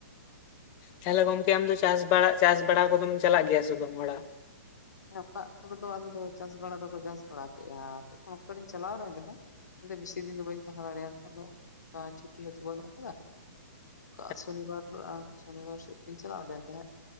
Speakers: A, on the left; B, on the left.
A: ᱛᱟᱦᱚᱞᱮ ᱜᱚᱝᱠᱮ ᱟᱢ ᱫᱚ ᱪᱟᱥ ᱵᱟᱲᱟ ᱪᱟᱥ ᱵᱟᱲᱟ ᱠᱚᱫᱚᱢ ᱪᱟᱞᱟᱜ ᱜᱮᱭᱟ ᱥᱮ ᱵᱟᱝ ᱚᱲᱟᱜ?
B: ᱦᱮᱸ ᱚᱲᱟᱜ ᱠᱚᱨᱮ ᱫᱚ ᱟᱞᱮ ᱫᱚ ᱪᱟᱥ ᱵᱟᱲᱟ ᱫᱚᱠᱚ ᱪᱟᱥ ᱵᱟᱲᱟ ᱠᱮᱫᱼᱟ ᱛᱚᱠᱷᱚᱱ ᱚᱠᱛᱚ ᱤᱧ ᱪᱟᱞᱟᱣ ᱞᱮᱱ ᱨᱮ ᱦᱚᱸ ᱵᱮᱥᱤ ᱫᱤᱱ ᱫᱚ ᱵᱟᱹᱧ ᱛᱟᱦᱮᱸ ᱫᱟᱲᱮᱭᱟᱫᱟ ᱟᱫᱚ ᱟ ᱪᱷᱩᱴᱤ ᱦᱚᱸᱛᱚ ᱵᱟᱹᱱᱩᱜ ᱟᱠᱟᱫᱟ
A: <inaudible>
B: ᱠᱟ ᱥᱚᱱᱤᱵᱟᱨ <unintelligible> ᱥᱚᱱᱤᱵᱟᱨ ᱥᱮᱫ ᱛᱤᱧ ᱪᱟᱞᱟᱣ ᱞᱮᱱ ᱛᱟᱸᱦᱮᱫ